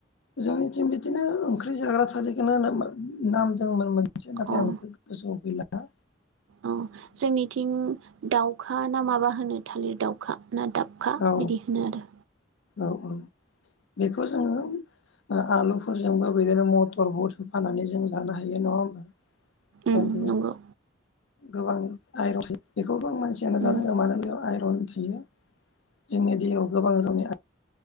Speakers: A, on the left (about 75°); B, on the right (about 80°).
A: जोंनिथिं बिदिनो ओंख्रि जाग्रा थालिरखौनो नाम दंमोन मोनसे नाथाय
B: अ
A: आं बेखौ गोसो <unintelligible>
B: औ जोंनिथिं दाउखा ना माबा होनो थालिर दाउखा ना दाबखा
A: औ
B: बिदि होनो आरो
A: औ औ बेखौ जोङो आलुफोरजोंबो बिदिनो मटर बुट होफानानै जों जानो हायो नङा होमबा जों
B: ओम
A: बेयाव
B: नंगौ
A: गोबां आइरन थायो बेखौ गोबां मानसियानो
B: उम
A: जानांगौ मानो बेयाव आइरन थायो जोंनि देहायाव गोबां रोखोमनि आ